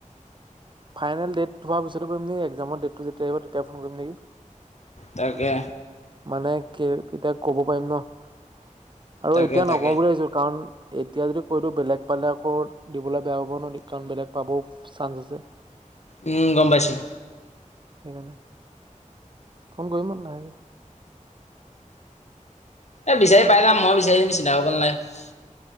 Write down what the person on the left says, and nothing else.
তাকে।
তাকে
তাকে
উম, গম পাইছো।
এ'বিচাৰি পাই যাম মই বিচাৰি দিম চিন্তা কৰিব নালাগে।